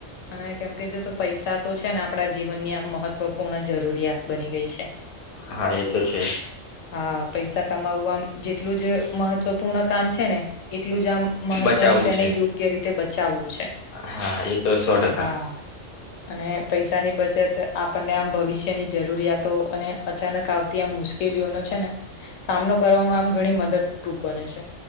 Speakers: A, on the left (about 85°); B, on the left (about 50°).
A: અને કેમકે જો પૈસા તો છે ને આપણા જીવનની આમ મહત્વપૂર્ણ જરૂરિયાત બની ગઈ છે.
B: હા એ તો છે
A: હા પૈસા કમાવવા જેટલું જ મહત્વપૂર્ણ કામ છે ને એટલું જ આમ મહત્વનું
B: બચાવવું
A: તેને
B: છે
A: યોગ્ય રીતે બચાવવું છે.
B: હા એ તો સો ટકા
A: હા અને પૈસાની બચત આપણને આમ ભવિષ્યની જરૂરિયાતો અને અચાનક આવતી આમ મુશ્કેલીઓનો છે ને સામનો કરવામાં આમ ઘણી મદદરૂપ બને છે.